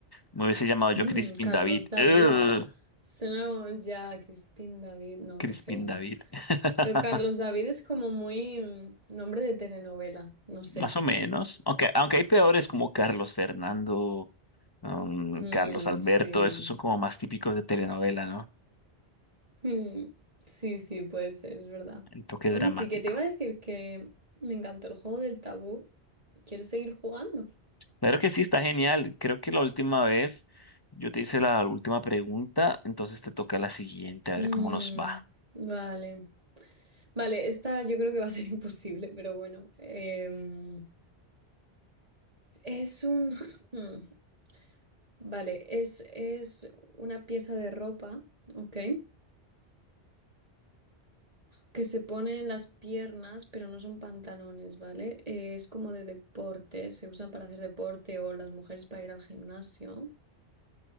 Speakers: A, on the left; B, on the right.
A: Me hubiese llamado
B: mm,
A: yo Crispin
B: Carlos
A: David.
B: David.
A: Ugh,
B: Sonamos ya Crispín David. No,
A: Crispin
B: qué feo.
A: David. <laughs>
B: Pero Carlos David es como muy mm, nombre de telenovela. No sé.
A: Más o menos. Aunque, aunque hay peores como Carlos Fernando, um,
B: Mm,
A: Carlos Alberto,
B: sí.
A: esos son como más típicos de telenovela, ¿no?
B: Mm, sí, sí, puede ser, es verdad.
A: El toque dramático.
B: Oye, que, que te iba a decir que me encantó el juego del tabú. ¿Quieres seguir jugando?
A: Claro que sí, está genial. Creo que la última vez yo te hice la última pregunta, entonces te toca la siguiente, a
B: Mm,
A: ver cómo nos va.
B: vale. Vale, esta yo creo que va a ser <laughs> imposible, pero bueno. Em, es un... mm, vale, es, es una pieza de ropa, ¿ok? que se pone en las piernas, pero no son pantalones, ¿vale? Eh, es como de deporte, se usan para hacer deporte o las mujeres para ir al gimnasio.